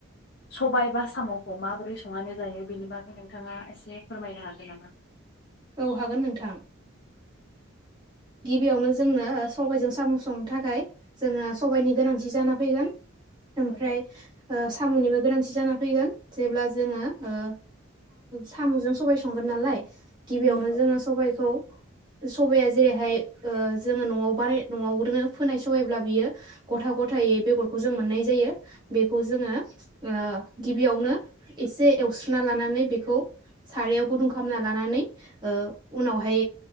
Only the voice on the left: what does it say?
सबाय बा साम'खौ माबोरै संनानै जायो बेनि बागै नोंथाङा एसे फोरमायनो हागोन नामा?
नंगौ
नंगौ